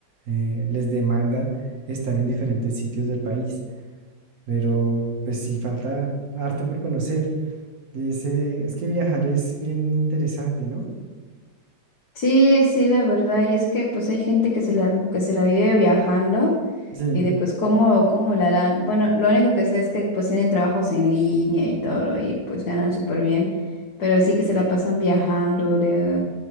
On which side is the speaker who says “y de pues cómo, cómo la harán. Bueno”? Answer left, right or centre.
Left